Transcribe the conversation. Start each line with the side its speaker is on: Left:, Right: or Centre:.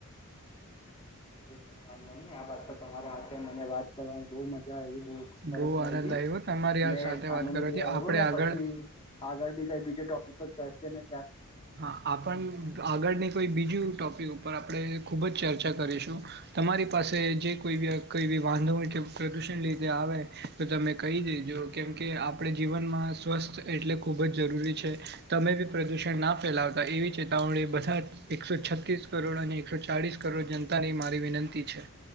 Left: કઈ કઈ વાંધો નહી આ બાત પર તમારા હાથે મને વાત કરવાની બહ મજા આવી. ખૂબ સરસ
Right: બહુ
Left: લાયગી
Right: આનંદ આવ્યો તમારી
Left: ને
Right: આ સાથે વાત
Left: આનંદ
Right: કરવાથી
Left: ભી આવ્યો
Right: આપણે
Left: ને
Right: આગળ
Left: પછી આગળ બી કઈ બીજો ટોપિક પર જેને
Right: હા આપણ આગળને કોઈ બીજું ટોપિક ઉપર આપણે ખૂબ જ ચર્ચા કરીશું. તમારી પાસે જે કોઈ બી કોઈ બી વાંધોય કે પ્રદૂષણ લીધે આવે તો તમે કહી દેજો કેમ કે આપણે જીવનમાં સ્વસ્થ એટલે ખૂબ જ જરૂરી છે તમે બી પ્રદૂષણ ના ફેલાવતા એવી ચેતાવણી બધાજ એકસો છતીસ કરોડ અને એકસો ચાલીસ કરોડ જનતાની મારી વિનંતી છે.